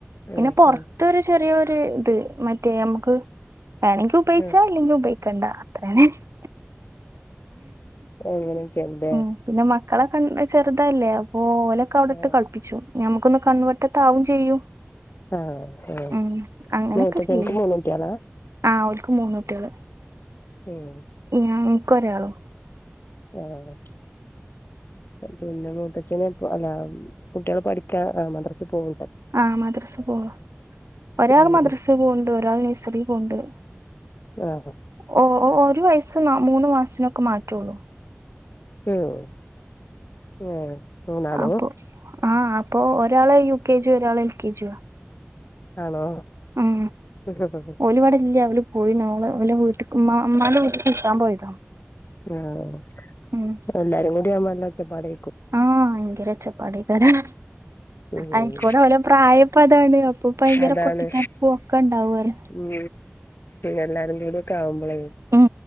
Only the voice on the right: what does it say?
പിന്നെ പോറ്
ത്ത് ഒരു ചെറിയൊരു ഇത് മറ്റേ നമുക്ക് വേണങ്കി ഉപയോഗിച്ചാ
അല്ലെങ്കിൽ ഉപയോഗിക്കണ്ട <unintelligible>
ഉം പിന്നെ മക്കളെ ചെറുതല്ലേ അപ്പോ ഓലൊക്കെ അവിടെ
ഇട്ട് കളിപ്പിച്ചു ഞമ്മുക്കൊന്ന് കൺവെട്ടത്താവും ചെയ്യും.
ഉം അങ്ങനൊക്കെ
ചെയ്യല്ണ്ട്
ആഹ് ഓൽക്ക് മൂന്നൂട്ടിയള്
ഇൻക്കോരാളും
ആഹ് മദ്രസ് പോവാ ഒരാൾ
മദ്രസ് പോവ്ണ്ട് ഒരാൾ നഴ്സറി പോവ്ണ്ട്.
ഓഹ് ഓ ഒരു വയസ്സ് മൂന്ന് മാസത്തിനൊക്കെ മാറ്റുള്ളൂ
അപ്പൊ ആഹ് അപ്പൊ ഒരാള് യു കെ ജി ഒരാള് എൽ കെ ജി ആ
ഉം
ഓല് വടല്യ ഓല് പോയീണ് ഓളെ അവലെ വീട്ടുക്ക് മ്മ മ്മാന്റെ വീട്ടക്ക് നിക്കാൻ പോയതാ
ഉം
ആഹ് ഭയങ്കര ഒച്ചപ്പാടൈക്കാരം
ആയിക്കൂടെ ഓല പ്രായപ്പോ അതാണ് അപ്പൊ ഭയങ്കര
പൊട്ടിതേർപോ ഒക്കെ ണ്ടാവും
ഉം